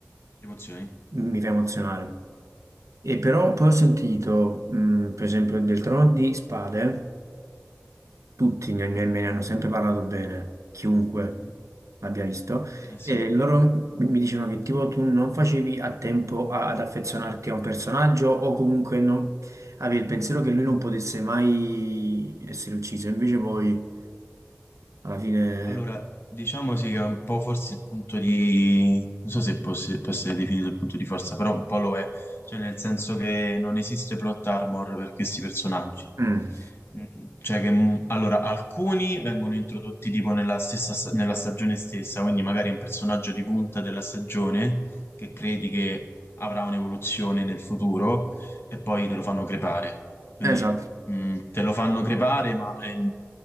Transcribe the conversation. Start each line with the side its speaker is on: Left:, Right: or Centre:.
Left: emozioni.
Right: mi fa emozionare. E però poi
Left: Mm,
Right: ho sentito, mh, per esempio, del Trono di Spade tutti ne, ne- me ne hanno sempre parlato bene, chiunque
Left: mm,
Right: l'abbia visto,
Left: Eh sì.
Right: e loro mi mi dicevano che tipo tu non facevi a tempo a- ad affezionarti a un personaggio o comunque non- avevi il pensiero che lui non potesse mai essere ucciso, invece poi alla fine...
Left: Allora, diciamo sì che è un po' forse il punto di... non so se può, se- può essere definito il punto di forza, però un po' lo è, cioè nel senso che non esiste plot armor per questi personaggi.
Right: Mm,
Left: Mm, Cioè che, mm, allora, alcuni vengono introdotti tipo nella stessa, sta- nella stagione stessa, quindi magari è un personaggio di punta della stagione che credi che avrà un'evoluzione nel futuro e poi te lo fanno crepare. Quindi
Right: esatto.
Left: Mm, te lo fanno crepare, ma ehm,